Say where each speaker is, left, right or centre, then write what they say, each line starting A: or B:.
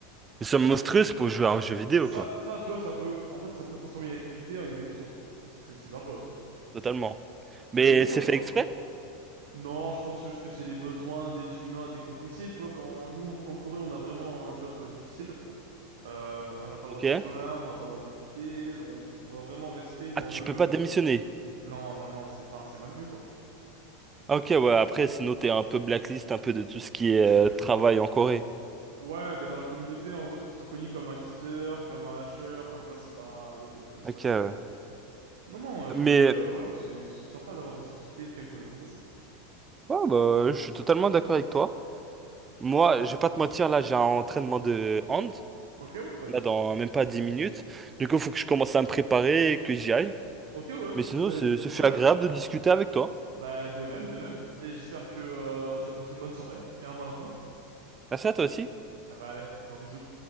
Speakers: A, on the right; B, on the right.
A: une somme
B: ben,
A: monstrueuse pour jouer à un jeu vidéo,
B: ça,
A: quoi.
B: ça, tu vois, ça peut, en fait, ça peut transformer une activité en une addiction. C'est très, c'est dangereux aussi.
A: Totalement. Mais
B: Mais non, moi
A: c'est
B: ça
A: fait
B: va.
A: exprès,
B: Non, je pense juste que c'est les besoins des humains à décompresser. Tu vois, quand nous en en Corée, on a vraiment un job euh, difficile. Euh, on n'a pas le
A: ok?
B: droit de se plaindre, on n'a pas le droit de quitter, on, on doit vraiment rester
A: Ah,
B: dans
A: tu
B: le...
A: peux pas démissionner.
B: euh, Non, non, non, c'est, enfin, c'est mal vu, quoi.
A: Ah, Ok, ouais, après, sinon t'es un peu blacklist, un peu de tout ce qui est euh, travail en Corée.
B: Ouais, ben dans la communauté, en gros, tu seras connu comme un quitteur, comme un lâcheur, enfin, tu vois, c'est pas le, euh, c'est
A: Ok,
B: pas ce
A: ouais.
B: qu'il faut. Non, non, et
A: Mais,
B: puis, euh, voilà, c'est c'est sympa d'avoir des activités quand même pour décompresser.
A: ouais, bah, je suis totalement d'accord avec toi. Moi, je vais pas te mentir, là, j'ai un entraînement de hand,
B: Ok, ouais, pas
A: là,
B: de souci.
A: dans même pas 10 minutes. Du coup, faut que je commence à me préparer, et que j'y aille.
B: Ok, ouais,
A: Mais sinon,
B: je, ben,
A: c'est-
B: je vais te
A: ce
B: laisser
A: fut
B: alors.
A: agréable de discuter avec toi.
B: Bah, de même, de même. Et j'espère que euh, tu vas passer une bonne soirée et un bon entraînement.
A: Merci à toi aussi.
B: Ah bah, allez, gros bisous.